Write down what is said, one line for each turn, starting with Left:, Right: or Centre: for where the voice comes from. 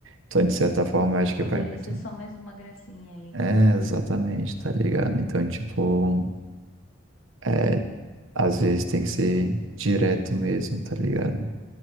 Right: Então, de certa
Left: sim.
Right: forma, eu acho que
Left: Poderia
Right: vai muito.
Left: ser só mais uma gracinha ali.
Right: É, exatamente, tá ligado? Então, tipo, é, às vezes tem que ser direto mesmo, tá ligado?